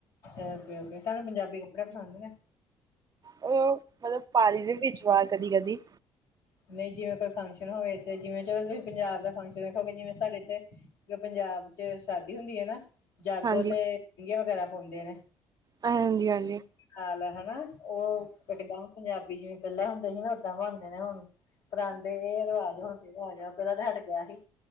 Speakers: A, on the left; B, on the right.
A: ਓਕੇ ਓਕੇ ਤੁਹਾਨੂੰ ਪੰਜਾਬੀ ਕੱਪੜਾ ਪਸੰਦ ਹੈ।
B: ਉਹ ਮਤਲਬ ਪਾਰੀ ਦੇ ਵਿੱਚਵਾ ਕਦੀ ਕਦੀ,
A: ਨਹੀਂ ਜਿਵੇਂ ਕੋਈ ਫੰਕਸ਼ਨ ਹੋਵੇ, ਤੇ ਜਿਵੇਂ ਚਲੋ ਤੁਸੀਂ ਪੰਜਾਬ ਦਾ ਫੰਕਸ਼ਨ ਵੇਖੋਗੇ, ਜਿਵੇਂ ਸਾਡੇ ਇਥੇ। ਪੰਜਾਬ ਚ ਸ਼ਾਦੀ ਹੁੰਦੀ ਹੈ ਨਾ, ਜਾਗੋ
B: ਹਾਂਜੀ
A: ਤੇ ਦੀਏ ਵਗੈਰਾ ਘੁੰਮਦੇ ਨੇ,
B: ਹਾਂਜੀ ਹਾਂਜੀ।
A: ਹਾਲ ਹਨਾ, ਉਹ ਇੱਕੱਦਾਂ ਪੰਜਾਬੀ ਜਿਵੇਂ ਪਹਿਲਾਂ ਹੁੰਦੇ ਸੀ ਨਾ, ਓਦਾਂ ਬਣਦੇ ਨੇ ਹੁਣ ਪਰਾਂਦੇ ਇਹ ਰਿਵਾਜ਼ ਹੁਣ, ਫੇਰ ਆ ਗਿਆ ਪਹਿਲਾਂ ਤਾਂ ਹਟ ਗਿਆ ਸੀ,